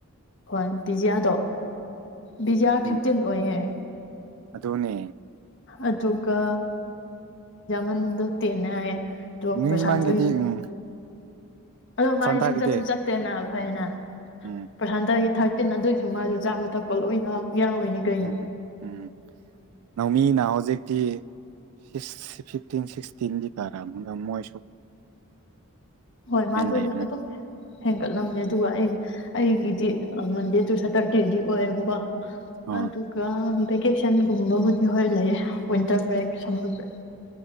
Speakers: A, on the left; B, on the right.
A: ꯍꯣꯏ ꯕꯤꯖꯤꯌꯥꯗꯣ ꯕꯤꯌꯥ ꯐꯤꯐꯇꯤꯟ
B: ꯎꯝ
A: ꯑꯣꯏꯌꯦꯦ
B: ꯑꯗꯨꯅꯦ
A: ꯑꯗꯨꯒ <unintelligible> ꯇꯦꯅꯦ ꯍꯥꯏꯌꯦ ꯑꯗ
B: ꯃꯤꯃꯥꯡꯒꯤꯗꯤ
A: ꯄ꯭ꯔꯁꯥꯟꯇꯒꯤꯁꯨ
B: ꯎꯝ
A: ꯑꯗꯣ ꯃꯥꯗꯤ
B: ꯁꯟꯇꯥꯒꯤꯗꯤ
A: ꯁꯨꯝ ꯆꯠꯁꯨ ꯆꯠꯇꯦꯅ ꯐꯩꯅ
B: ꯎꯝ
A: ꯄ꯭ꯔꯁꯥꯟꯇꯒꯤ ꯊꯥꯔ ꯇꯤꯟ ꯑꯗꯨꯏꯁꯖꯨ ꯃꯥꯁꯨ ꯆꯥꯕ ꯊꯛꯄ ꯂꯣꯏꯅ ꯌꯥꯎꯔꯤꯅꯤ ꯀꯩꯅꫭ
B: ꯎꯝ ꯎꯝ ꯂꯧꯃꯤꯅ ꯍꯧꯖꯤꯛꯇꯤ ꯐꯤꯁ ꯐꯤꯞꯇꯤꯟ ꯁꯤꯛꯁꯇꯤꯟꯗꯤ ꯄꯥꯔꯥ ꯑꯃꯒ ꯃꯣꯏ
A: ꯍꯣꯏ ꯃꯥꯁꯨ
B: ꯂꯩꯕꯅꯤ
A: ꯑꯗꯨꯝ ꯍꯦꯟꯒꯠꯂꯝꯃꯦ ꯑꯗꯨꯒ ꯑꯩ ꯑꯩꯒꯤꯗꯤ ꯃꯟꯗꯦ ꯇꯨ ꯁꯦꯇꯔꯗꯦꯗꯤ ꯑꯣꯏꯌꯦꯕꯀꯣ
B: ꯑꯣ
A: ꯑꯗꯨꯒ ꯕꯦꯛ ꯚꯦꯀꯦꯁꯟꯒꯨꯝꯕꯕꯨꯗꯤ ꯍꯣꯏ ꯂꯩꯌꯦ ꯋꯤꯟꯇꯔ ꯕ꯭ꯔꯦꯛ ꯁꯝꯃꯔ ꯕ꯭ꯔꯦꯛ